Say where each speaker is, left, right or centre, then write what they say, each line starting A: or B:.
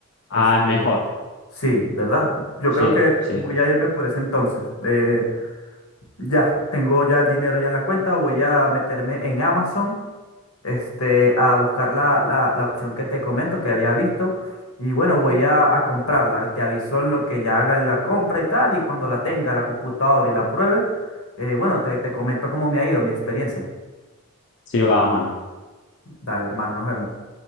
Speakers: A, on the left; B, on the left.
A: Ah,
B: Este,
A: es mejor.
B: Sí, ¿verdad? Yo
A: Sí,
B: creo que
A: sí,
B: voy a irme por ese entonces. Eh, ya, tengo ya el dinero ya en la cuenta, voy a meterme en Amazon, este, a buscar la, la, la opción que te comento, que había visto, y bueno, voy a, a comprarla. Te aviso en lo que ya haga la compra y tal, y cuando la tenga la computadora y la pruebe, eh, bueno, te, te comento cómo me ha ido mi experiencia.
A: sí va a mano.
B: Dale, hermano, nos vemos.